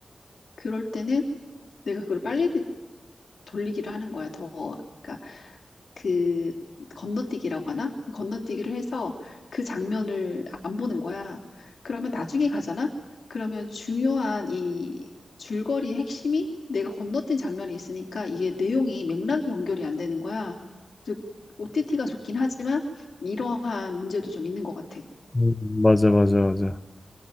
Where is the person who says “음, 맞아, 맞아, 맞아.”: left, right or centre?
Left